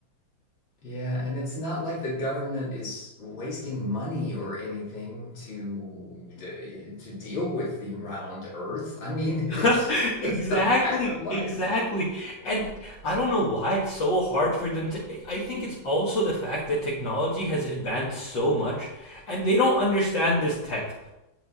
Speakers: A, on the left (about 90°); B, on the left (about 70°).
A: Yeah, and it's not like the government is wasting money or anything to to, to deal with the round Earth. I mean,
B: <laughs>
A: <laughs> it's
B: Exactly,
A: it's a fact of life.
B: exactly. And I don't know why it's so hard for them to. I think it's also the fact that technology has advanced so much and they don't understand this tech.